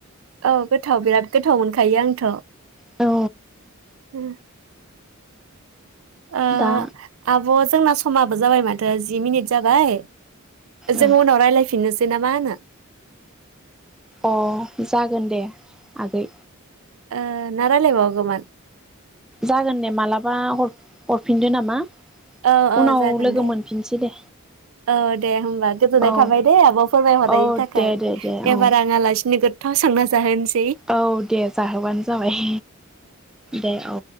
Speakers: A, on the right (about 70°); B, in the centre.
A: औ गोथाव बिराद गोथाव मोनखायो आं। थ'
B: औ
A: ओ ओ
B: दा
A: आब' जोंना समाब ओ जाबाय माथो जि मिनिट जाबाय। जों
B: औ
A: उनाव रायलायफिननोस बे नामा होनो
B: अ जागोन दे आगै
A: ओ ना रायलाय बावगौमोन?
B: जागोन दे मालाबा हरफिनदो नामा
A: औ औ
B: उनाव
A: जागोन
B: लोगो
A: दे
B: मोनफिनसै दे
A: औ दे होमबा गोजोननाय
B: औ
A: थाबाय दे आब' फोरमायहरनायनि
B: औ
A: थाखाय
B: दे दे दे
A: एबार
B: औ
A: आं आलासिनो गोथाव संना जाहोनसै
B: औ दे जाहोबानो जाबाय दे औ